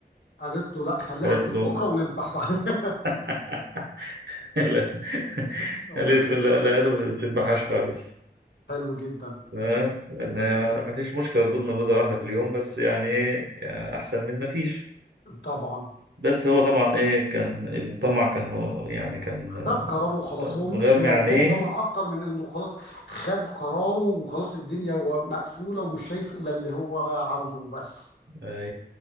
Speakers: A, on the left (about 85°); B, on the right (about 80°).
A: قالت له لا خليها
B: قالت
A: في بيت
B: له
A: بكره ونذبح بعد <laughs>
B: <laughs> لا.
A: امال
B: قالت
A: قالت
B: له لا
A: له
B: لقيته ما بتذبحهاش خالص
A: حلو جدا
B: تمام ان هي
A: تمام.
B: ما فيش مشكله تبيضنا بيضه واحده في اليوم بس يعني ايه يعني احسن من ما فيش
A: طبعا
B: بس هو طبعا ايه كان الطمع كان يعني كان
A: خد قراره وخلاص
B: آه،
A: هو مش
B: مغمى
A: موضوع
B: عينيه
A: ضمير اكتر من انه خلاص خد قراره وخلاص الدنيا و- مقفوله ومش شايف الا اللي هو عاوزه وبس
B: آه،